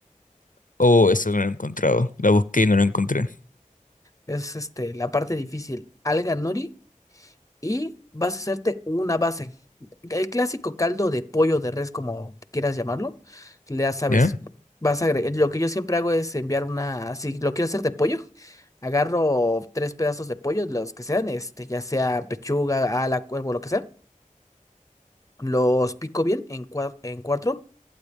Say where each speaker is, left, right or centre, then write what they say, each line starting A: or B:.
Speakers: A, on the left; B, on the left.
A: Oh, esa no la he encontrado. La busqué y no la encontré.
B: Es este, la parte difícil. Alga nori y vas a hacerte una base. El clásico caldo de pollo de res, como quieras llamarlo, ya sabes,
A: ¿Ya?
B: vas a agregar, lo que yo siempre hago es enviar una, si lo quiero hacer de pollo, agarro tres pedazos de pollo, los que sean, este, ya sea pechuga, ala, cuervo, lo que sea, los pico bien en, cua- en cuatro